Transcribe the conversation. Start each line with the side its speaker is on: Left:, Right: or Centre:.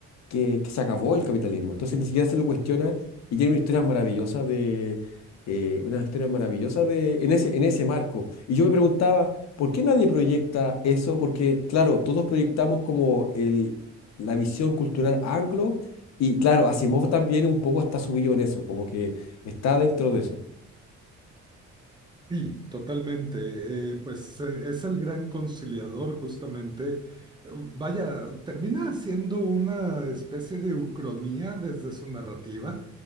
Left: que, que se acabó el capitalismo. Entonces ni siquiera se lo cuestiona y tiene una historia maravillosa de eh, una historia maravillosa de en ese, en ese marco. Y yo me preguntaba, ¿por qué nadie proyecta eso? Porque, claro, todos proyectamos como el, la visión cultural anglo, y claro, Asimov también un poco está subido en eso, como que está dentro de eso.
Right: Sí, totalmente. Eh, pues eh, es el gran conciliador justamente. Eh, Vaya, termina siendo una especie de ucronía desde su narrativa